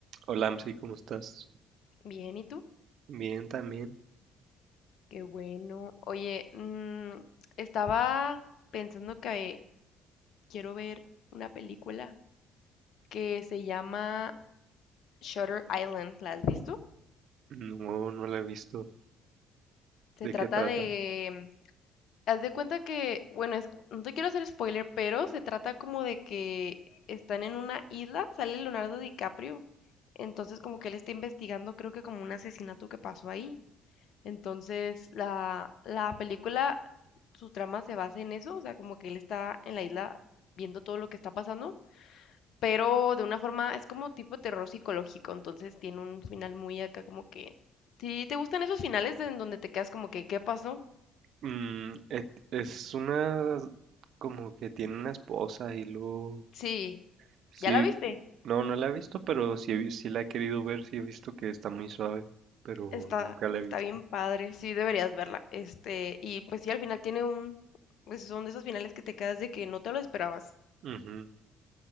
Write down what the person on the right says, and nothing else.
Hola, Amsi, ¿cómo estás?
Bien, también.
No, no la he visto.
¿De
qué trata?
Mm, et- es una... como que tiene una esposa y luego...
Sí,
no, no la he visto, pero sí, he vi- sí la he querido ver, sí he visto que está muy suave, pero
nunca la
he visto.
Ujú.